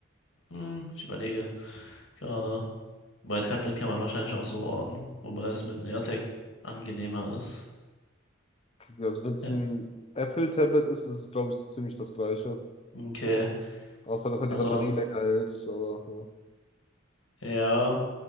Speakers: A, on the left; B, on the left.
A: hm, ich überlege gerade. Bei Tablet kann man wahrscheinlich auch so orten, wobei es mit einem AirTag angenehmer ist.
B: Also, wenn es
A: Ja.
B: ein Apple-Tablet ist, ist es, glaube ich, so ziemlich das Gleiche.
A: Okay,
B: Außer, dass halt
A: also
B: die Batterie länger hält, aber
A: ja,